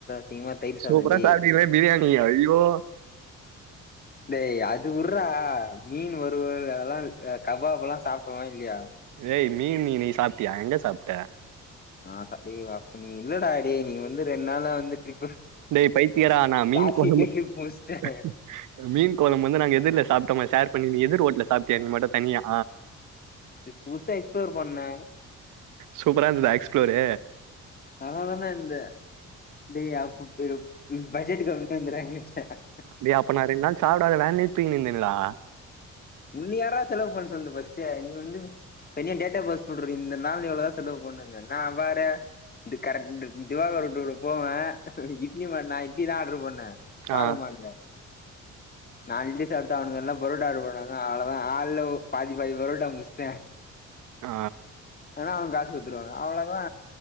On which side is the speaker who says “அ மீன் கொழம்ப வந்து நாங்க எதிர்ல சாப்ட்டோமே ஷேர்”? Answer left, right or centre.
Right